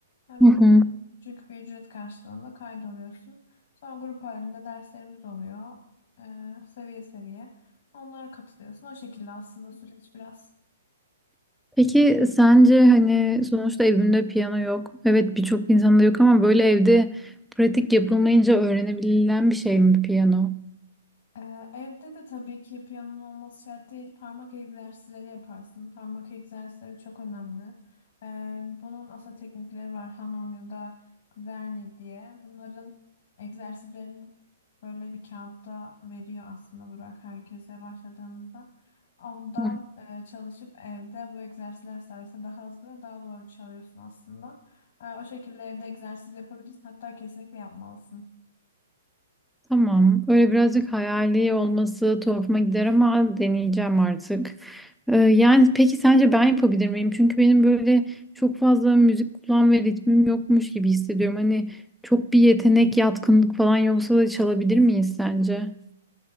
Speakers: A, on the left (about 65°); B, in the centre.
A: Yani
B: Hı
A: böyle
B: hı.
A: küçük bir ücret karşılığında kaydoluyorsun. Sonra grup halinde derslerimiz oluyor. Ee, seviye seviye. Onlara katılıyorsun. O şekilde aslında süreç biraz.
B: Peki sence hani sonuçta evimde piyano yok. Evet birçok insanda yok ama böyle evde pratik yapılmayınca öğrenebilen bir şey mi piyano?
A: Ee, evde de tabii ki piyanonun olması şart değil. Parmak egzersizleri yaparsın. Parmak egzersizleri çok önemli. Ee, bunun aslında teknikleri var. Hanon ya da Kuzerni diye. Bunların egzersizlerini böyle bir kağıtta veriyor aslında Burak herkese başladığımızda. Ondan
B: Hı.
A: e, çalışıp evde bu egzersizler sayesinde daha hızlı ve daha doğru çalıyorsun aslında. Ee, o şekilde evde egzersiz yapabilirsin. Hatta kesinlikle yapmalısın.
B: Tamam. Öyle birazcık hayali olması tuhafıma gider ama deneyeceğim artık. Ee, yani peki sence ben yapabilir miyim? Çünkü benim böyle çok fazla müzik kulağım ve ritmim yokmuş gibi hissediyorum. Hani çok bir yetenek, yatkınlık falan yoksa da çalabilir miyiz sence?